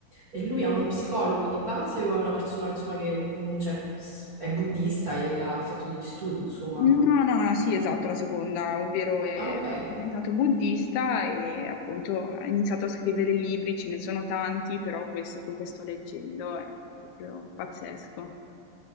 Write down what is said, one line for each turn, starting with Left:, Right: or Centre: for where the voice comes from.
Right: E lui è uno psicologo di base o è una persona, insomma, che mh, cioè, s- è buddista e ha fatto degli studi, insomma?
Left: No, no, no, sì, esatto, la seconda, ovvero è
Right: Ah, ok.
Left: diventato buddista e appunto ha iniziato a scrivere libri, ce ne sono tanti, però questo qui che sto leggendo è proprio pazzesco.